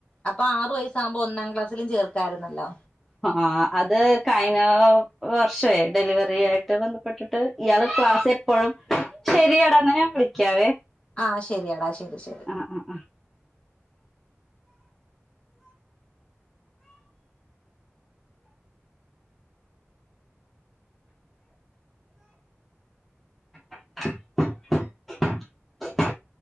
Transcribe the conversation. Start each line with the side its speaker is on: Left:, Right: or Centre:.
Left: അപ്പൊ ആറു വയസ്സ ആകുമ്പോ ഒന്നാം ക്ലാസിലും ചേർക്കാരുന്നല്ലോ?
Centre: ആഹ് അത് കഴിഞ്ഞ വർഷേ ഡെലിവറി ആയിട്ട് ബന്ധപ്പെട്ടിട്ട് ഇയാള് ക്ലാസ് എപ്പോഴും ശരിയാടന്ന് ഞാൻ വിളിക്കാവേ.
Left: ആഹ് ശരിയടാ ശരി ശരി.
Centre: ആഹ് ആഹ് ആഹ് <inaudible>